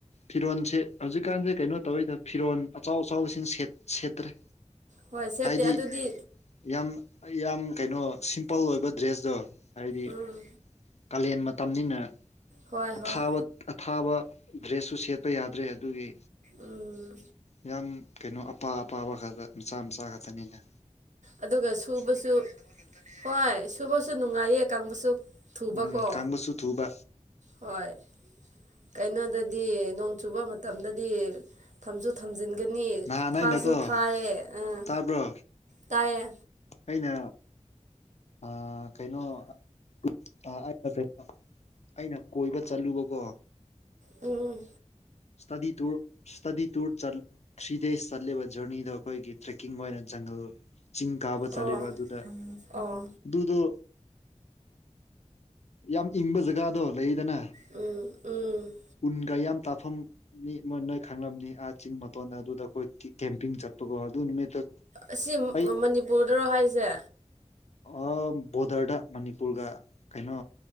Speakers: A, on the left; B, on the right.
A: ꯐꯤꯔꯣꯜꯁꯦ ꯍꯧꯖꯤꯛꯀꯥꯟꯁꯦ ꯀꯩꯅꯣ ꯇꯧꯔꯤꯗ ꯐꯤꯔꯣꯜ ꯑꯆꯥꯎ ꯑꯆꯥꯎꯕꯁꯤꯡ ꯁꯦꯠ ꯁꯦꯜ ꯇꯔ
B: ꯍꯣꯏ ꯁꯦꯠꯇꯦ
A: ꯍꯥꯏꯗꯤ
B: ꯑꯗꯨꯗꯤ
A: ꯌꯥꯝ ꯌꯥꯝ ꯀꯩꯅꯣ ꯁꯤꯝꯄꯜ ꯑꯣꯏꯕ ꯗ꯭ꯔꯦꯁꯇꯣ꯫ ꯍꯥꯏꯕꯗꯤ
B: ꯎꯝ
A: ꯀꯥꯂꯦꯟ ꯃꯇꯝꯅꯤꯅꯀꫭ
B: ꯍꯣꯏ
A: ꯑꯊꯥꯕ
B: ꯍꯣꯏ
A: ꯑꯊꯥꯕ ꯗ꯭ꯔꯦꯁꯁꯨ ꯁꯦꯠꯄꯥ ꯌꯥꯗ꯭ꯔꯦ ꯑꯗꯨꯒꯤ꯫
B: ꯎꯝ
A: ꯌꯥꯝ ꯀꯩꯅꯣ ꯑꯄꯥ ꯑꯄꯥꯕ ꯈꯔ ꯈꯔ ꯃꯆꯥ ꯃꯆꯥ ꯈꯛꯇꯅꯤꯗꯥ
B: ꯑꯗꯨꯒꯥ ꯁꯨꯕꯁꯨ ꯍꯣꯏ ꯁꯨꯕꯁꯨ ꯅꯨꯡꯉꯥꯏꯌꯦ ꯀꯪꯕꯁꯨ ꯊꯨꯕꯀꯣ
A: ꯎꯝꯝ ꯀꯪꯕꯁꯨ ꯊꯨꯕꯥ
B: ꯍꯣꯏ ꯀꯩꯅꯣꯗꯗꯤ ꯅꯣꯡ ꯆꯨꯕꯥ ꯃꯇꯝꯗꯥꯗꯤ ꯊꯝꯁꯨ ꯊꯝꯖꯤꯟꯒꯅꯤ
A: ꯅꯍꯥꯟ
B: ꯊꯥꯁꯨ
A: ꯑꯩꯅꯀꯣ
B: ꯊꯥꯏꯌꯦ ꯑꯥ
A: ꯇꯥꯕ꯭ꯔꯣ
B: ꯇꯥꯏꯌꯦ
A: ꯑꯩꯅ ꯑꯥ ꯀꯩꯅꯣ ꯑꫭ ꯑꯥ ꯀꯇꯂꯗꯥ ꯑꯩꯅ ꯀꯣꯏꯕ ꯆꯠꯂꯨꯕꯀꯣ
B: ꯎꯝ ꯎꯝ
A: ꯏꯁ꯭ꯇꯗꯤ ꯇꯨꯔ ꯏꯁꯇꯗꯤ ꯇꯨꯔ ꯆꯠ ꯊꯔꯤꯗꯦꯁ ꯀꯤ ꯆꯠꯂꯤꯕꯥ ꯖꯔꯅꯤꯗꯣ ꯑꯩꯈꯣꯏꯒꯤ ꯇ꯭ꯔꯦꯛꯀꯤꯡ ꯑꯣꯏꯅ ꯖꯪꯒꯜ ꯆꯤꯡ ꯀꯥꯕ ꯆꯠꯂꯦꯕ
B: ꯑꯣ
A: ꯑꯗꯨꯗꯥ
B: ꯑꯣ
A: ꯑꯗꯨꯗꯣ ꯌꯥꯝ ꯏꯪꯕ ꯖꯒꯥꯗꯣ ꯂꯩꯗꯥꯅ
B: ꯎꯝ ꯎꯝ
A: ꯎꯟꯒꯥ ꯌꯥꯝ ꯇꯥꯐꯝ ꯃꯤ ꯃꯣꯏꯅꯃꯛ ꯅꯣꯏ ꯈꯪꯂꯝꯅꯤ ꯑꯥ ꯆꯤꯡ ꯃꯇꯣꯟꯗ ꯑꯗꯨꯗ ꯑꯩꯈꯣꯏ ꯀꯦꯝꯄꯤꯡ ꯆꯠꯄꯒꯣ ꯑꯗꯨ ꯅꯨꯃꯤꯠꯇ
B: ꯑꯁꯤ
A: ꯑꯩ
B: ꯃꯅꯤꯄꯨꯔꯗꯔꯣ ꯍꯥꯏꯁꯦ
A: ꯑꯥ ꯕꯣꯗꯔꯗ ꯃꯅꯤꯄꯨꯔꯒ ꯀꯩꯅꯣ